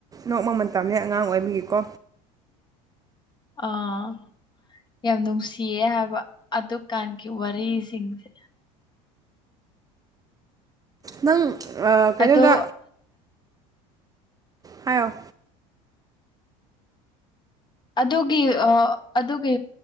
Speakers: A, on the right (about 20°); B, on the left (about 25°).
A: ꯅꯣꯛꯃ ꯃꯇꯝꯅꯦ ꯑꯉꯥꯡ ꯑꯣꯏꯕꯤꯒꯤꯀꯣ
B: ꯑꯥ ꯌꯥꯝ ꯅꯨꯡꯁꯤꯌꯦ ꯍꯥꯏꯕ ꯑꯗꯨꯀꯥꯟꯒꯤ ꯋꯥꯔꯤꯁꯤꯡꯁꯦ
A: ꯅꯪ ꯑ ꯀꯩꯅꯣꯗ
B: ꯑꯗꯣ
A: ꯍꯥꯏꯌꯣ
B: ꯑꯗꯨꯒꯤ ꯑ ꯑꯗꯨꯒꯤ